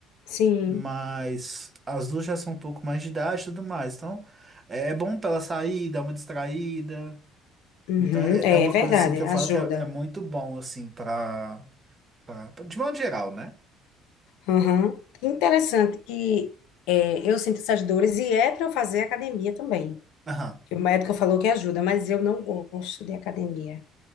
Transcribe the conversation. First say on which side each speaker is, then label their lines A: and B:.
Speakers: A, on the left (about 80°); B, on the right (about 25°).
A: Sim.
B: Mas as duas já são um pouco mais de idade e tudo mais. Então, é bom pra ela sair, dar uma distraída.
A: Uhum.
B: Então é,
A: É,
B: é uma
A: é verdade,
B: coisa assim que
A: ajuda.
B: eu falo que é, é muito bom assim para para de modo geral, né?
A: Aham. Que Interessante que é, eu sinto essas dores e é para eu fazer academia também.
B: Aham.
A: Que o médico falou que ajuda, mas eu não gosto de academia.